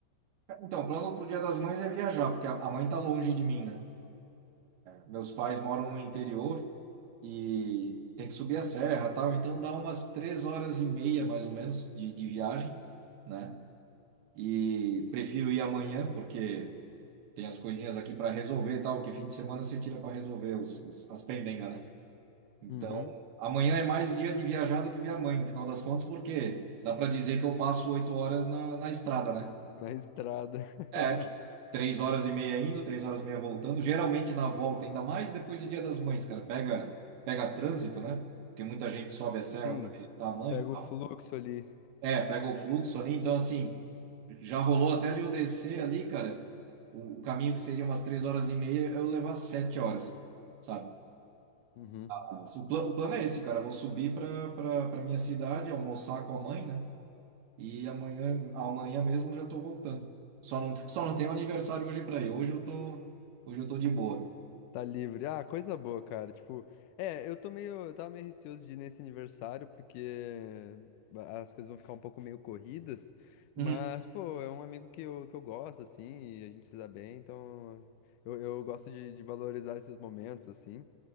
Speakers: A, on the right; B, on the left.
A: Então, o plano pro Dia das Mães é viajar, porque a a mãe tá longe de mim, né? Meus pais moram no interior e tem que subir a serra, tal. Então dá umas três horas e meia, mais ou menos, de, de viagem, né? E prefiro ir amanhã, porque tem as coisinhas aqui para resolver, e tal. Que fim de semana você tira para resolver os, os- as pendengas, né? Então,
B: Uhum.
A: amanhã é mais dia de viajar do que ver a mãe, no final das contas, porque dá para dizer que eu passo oito horas na, na estrada, né?
B: Na estrada. <laughs>
A: É, tipo, três horas e meia indo, três horas e meia voltando. Geralmente na volta, ainda mais depois do Dia das Mães, cara. Pega, pega trânsito, né? Porque muita gente sobe a serra
B: Sim,
A: para visitar a mãe.
B: pega o fluxo ali.
A: É, pega o fluxo ali. Então, assim, já rolou até de eu descer ali, cara. O, o caminho que seria umas três horas e meia, eu levar sete horas, sabe?
B: Uhum.
A: Mas O, pla- o plano é esse, cara. Eu vou subir para para minha cidade, almoçar com a mãe, né? E amanhã, amanhã mesmo eu já tô voltando. Só não, <laughs> só não tenho aniversário hoje para ir. Hoje eu tô, hoje eu tô de boa.
B: Tá livre. Ah, coisa boa, cara. Tipo, é, eu tô meio, eu tava meio receoso de ir nesse aniversário, porque as coisas vão ficar um pouco meio corridas,
A: Uhum.
B: mas, pô, é um amigo que eu, que eu gosto, assim, e a gente se dá bem, então eu, eu gosto de, de valorizar esses momentos, assim,